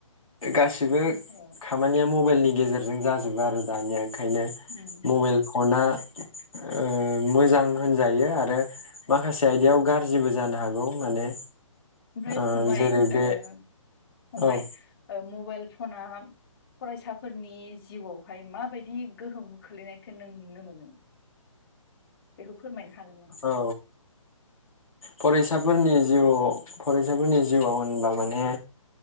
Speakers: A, on the left (about 90°); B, on the left (about 45°).
A: गास सिबो
B: औ
A: खामानिया माव मबाइलनि गेजेरजों जाजोबो आरो दानिया ओंखायनो
B: उम
A: मबाइल फना ओ मोजां होनजायो आरो
B: ओ
A: माखासे आयदायाव गार जिबो जानो हागौ माने
B: ओमफ्राय
A: ओ
B: फंबाय
A: जेरै
B: ओ
A: बे
B: फंबाय
A: औ
B: ओ मबाइल फना फरायसाफोरनि जिउआवहाय माबायदि गोहोम खोलैनायखौ नों नुनो मोनो। बेखौ फोरमायनो हागोन नामा?
A: औ फरायसाफोरनि जिउआव फरायसाफोरनि जिउआव होनबा माने